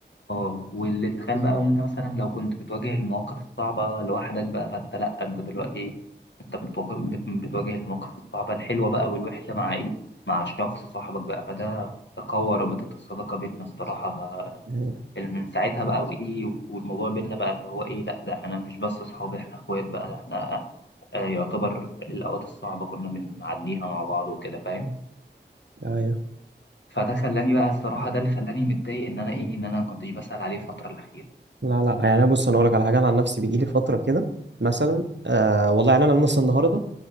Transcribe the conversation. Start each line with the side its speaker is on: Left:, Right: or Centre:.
Left: اه واللي تخيل بقى ان انت مثلا لو كنت بتواجه المواقف الصعبة لوحدك بقى فانت لا انت دلوقتي ايه انت بتواجه بت- بتواجه المواقف الصعبة الحلوة بقى والوحشة مع ايه مع شخص صاحبك بقى فده قوى رابطة الصداقة بيننا الصراحة بقى
Right: ايوه
Left: من ساعتها بقى وايه والموضوع بيننا بقى اللي هو ايه لا ده احنا مش بس صحاب احنا اخوات بقى ده احنا آه، يعتبر الأوقات الصعبة كنا بنعديها مع بعض وكده فاهم
Right: أيوة.
Left: فده خلاني بقى الصراحة ده اللي خلاني متضايق إن أنا إيه إن أنا ما كنتش بسأل عليه الفترة الأخيرة
Right: لا لا يعني أنا بص انا اقول لك على حاجه انا عن نفسي بيجي لي فتره كده مثلا آه والله يعني انا من النهارده